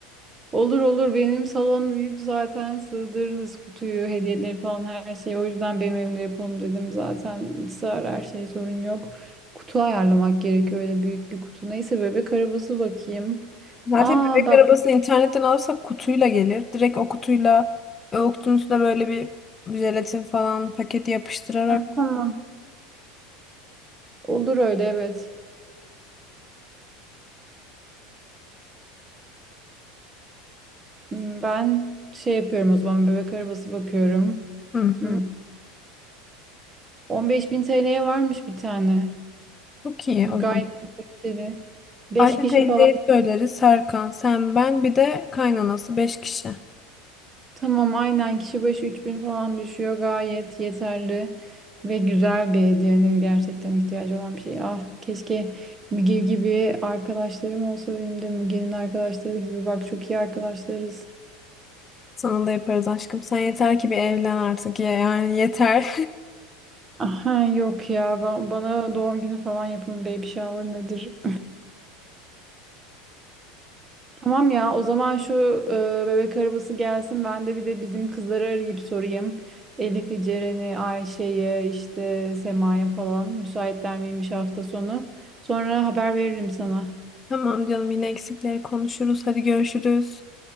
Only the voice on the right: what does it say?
Olur olur benim salon büyük zaten sığdırırız kutuyu, hediyeleri falan her şeyi. O yüzden benim evimde yapalım dedim. Zaten sığar her şey sorun yok. Kutu ayarlamak gerekiyor öyle büyük bir kutu. Neyse bebek arabası bakayım.
Aa
bak
Ha, tamam olur öyle evet. Hmm, Ben şey yapıyorum o zaman bebek arabası bakıyorum.
Hmm.
15.000 TL'ye varmış bir tane.
Gayet
kaliteli. beş
kişi
falan
Tamam aynen kişi başı 3000 falan düşüyor gayet yeterli ve güzel bir hediye yani gerçekten ihtiyacı olan bir şey. Ah keşke Müge gibi arkadaşlarım olsa benim de Müge'nin arkadaşları gibi bak çok iyi arkadaşlarız.
Aha yok ya ben, bana doğum günü falan yapın baby shower nedir Tamam ya o zaman şu e, bebek arabası gelsin ben de bir de bizim kızları arayıp sorayım. Elif'i, Ceren'i, Ayşe'yi, işte Sema'ya falan müsaitler miymiş hafta sonu. Sonra haber veririm sana.